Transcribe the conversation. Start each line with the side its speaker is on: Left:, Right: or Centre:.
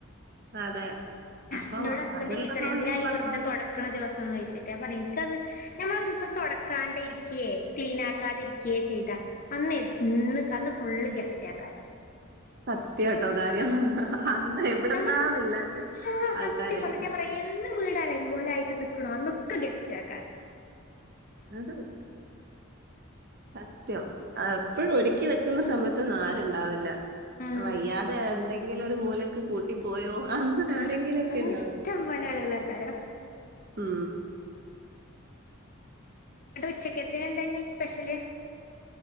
Right: അതെ അപ്പൊ
Left: നിന്നോട് ഹസ്ബൻഡന്റെ
Right: അതുള്ളത്
Left: ചീത്തറിം
Right: കൊണ്ട്
Left: ന്തിനായി
Right: ഈ പറഞ്ഞ
Left: വെറുതെ
Right: പോലെ
Left: തുടക്കണ ദിവസം എന്ന് വോദിച്ചിട്ട പറയും എനിക്കത് ഞമ്മളൊ തുടക്കാ ഇരിക്കയ ക്ലീനക്കാതിരിക്കയ ചെയ്ത അന്ന് ഫുള്ള് ഗെസ്റ്റ് ആക്കാരം
Right: സത് സത്യാട്ടോ കാര്യം അന്ന് എവിടന്നാന്നല്ലാത്ത
Left: നമ്മൾ ആ സത്യം
Right: ആൾക്കാരായിരിക്കും
Left: പറഞ്ഞ ഞാൻ പറയാ എന്നും വീട് അലങ്കോലായിട്ട് നിക്കണോ അന്നൊക്കെ ഗെസ്റ്റ് ആക്കാർ
Right: അ സത്യം ആ ഇപ്പോഴ ഒരുക്കി വെക്കുന്ന സമയത്തൊന്നും ആരുണ്ടാവില്ല
Left: ഉം
Right: വയ്യാതെ എന്തെങ്കിലൊ ഒരു മൂലക്ക് കൂട്ടിപ്പോയോ അന്ന് ആരെങ്കിലുംൊക്കെ
Left: ആഹ് അന്ന്
Right: ഉണ്ടാവും
Left: ഇഷ്ടം പോലെ ആളുകളേക്കാരം
Right: ഉ
Left: അട്ട് ഉച്ചക്കത്തിന് എന്താങ്ങ സ്പെഷ്യല്